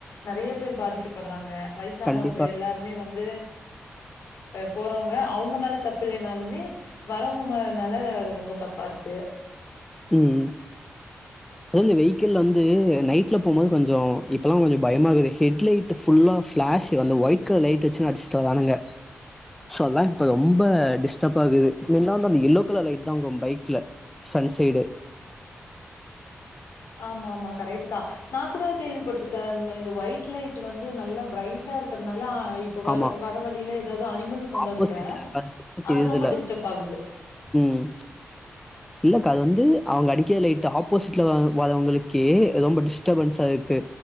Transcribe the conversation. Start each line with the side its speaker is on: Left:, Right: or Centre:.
Left: நறைய பேர் பாதிக்கப்படுறாங்க வயசானவங்க
Centre: கண்டிப்பா
Left: எல்லாருமே வந்து போறவங்க அவுங்க மேல தப்ப இலைனாலுமே வரவங்க மே னால அது ரொம்ப தப்பாருக்கு
Centre: ம் அத இந்த வெஹிக்கல்ல வந்து நைட்ல போவு போது கொஞ்சோ இப்பெல்லா கொஞ்சோ பயமாகுது ஹெட் லைட் ஃபுல்லா பிளாஷ் ஆஸ் வந்த ஒயிட் கலர் லைட் வச்சுனு அடிச்சுட்டு வரானுங்க சோ அதா இப்ப ரொம்ப டிஸ்டர்ப் ஆகுது <unintelligible> அந்த எல்லோ கலர் லைட் தா உங்க பைக்ல ஃப்ரண்ட் சைடு
Left: ஆமா ஆமா கரெக்ட் தா நா கூட கேள்விப்பட்டிருக்கேன் இந்த ஒயிட் லைட் வந்து நல்ல பிரைட்டா இருக்கிறதுனால இப்ப வ
Centre: ஆமா
Left: வர வழியில ஏதாவது அனிமல்ஸ் வந்தா
Centre: ஆப்போசிட்ல
Left: கூட அது
Centre: தெரியுதுல
Left: ரொம்ப டிஸ்டர்ப ஆகுது
Centre: ம் இல்லக்கா அது வந்து அவங்க அடிக்கையில லைட்டு ஆப்போசிட்ல வரவங்களுக்கே ரொம்ப டிஸ்டர்பன்ஸா இருக்கு